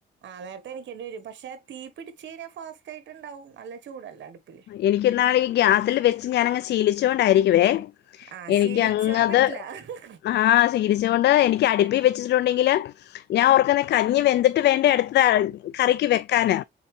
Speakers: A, on the right; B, on the left.
A: ആഹ് നേരത്തെ എനിക്കേണ്ടി വരും പക്ഷെ തീ പിടിച്ച്കയിഞ്ഞാ ഫാസ്റ്റ് ആയിട്ട്ണ്ടാവും നല്ല ചൂടല്ലേ അടുപ്പില്
B: എനിക്കിന്നാള് ഈ ഗ്യാസില് വെച്ച് ഞാനങ് ശീലിച്ച് കൊണ്ടായിരിക്കുവേ
A: ആ
B: എനിക്കങ്ങത്
A: ശീലിച്ചാ പറ്റില്ല
B: ആഹ് ശീലിച്ചോണ്ട് എനിക് അടുപ്പി വെച്ചിട്ടുണ്ടെങ്കില് ഞാൻ ഓർങ്ങുന്ന കഞ്ഞി വെന്തു ട്ട് വേണ്ടേ അടുത്ത കറിക്ക് വെക്കാന്